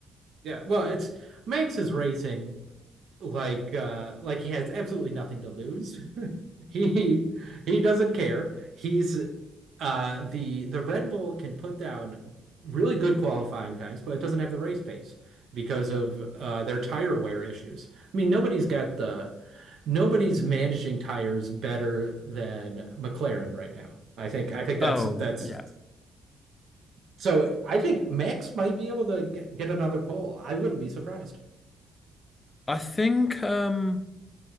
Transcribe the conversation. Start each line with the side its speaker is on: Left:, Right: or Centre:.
Right: Yeah, well, it's Max is racing like uh like he has absolutely nothing to lose. <laughs> He he doesn't care. He's Uh, the the Red Bull can put down really good qualifying times, but it doesn't have the race pace because of uh, their tire wear issues. I mean, nobody's got the nobody's managing tires better than McLaren right now. I think I think that's
Left: Oh,
Right: that's
Left: yeah.
Right: so I think Max might be able to get, get another pole. I wouldn't be surprised.
Left: I think um